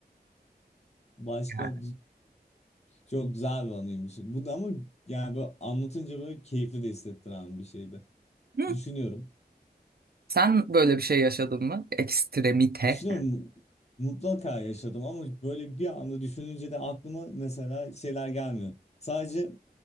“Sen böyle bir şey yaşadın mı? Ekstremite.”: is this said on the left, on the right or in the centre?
Right